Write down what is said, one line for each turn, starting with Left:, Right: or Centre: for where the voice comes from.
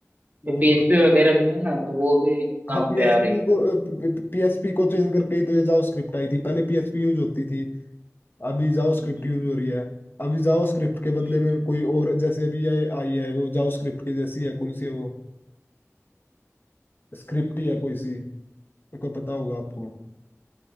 Right: जो
Left: और
Right: पीएचपी वगैरह भी है ना तो वो भी काम
Left: हाँ पीएचपी
Right: पे आ रही है
Left: को पीएचपी को चेंज करके ही तो ये जावास्क्रिप्ट आई थी पहले पीएचपी यूज होती थी अभी जावास्क्रिप्ट
Right: हम्म
Left: यूज हो रही है अभी जावास्क्रिप्ट के बदले
Right: हम्म
Left: में
Right: हम्म,
Left: कोई और जैसे अभी ये आई है वो जावास्क्रिप्ट की जैसी है कौन सी है वो स्क्रिप्ट ही है कोई सी को पता होगा आपको
Right: हम्म।